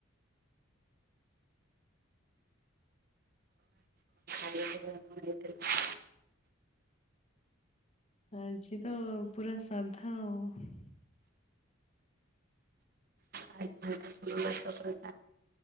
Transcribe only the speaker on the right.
ଆଳୁସିଝା ଆମର ହେଇଥିଲା।
ଆଜି <unintelligible>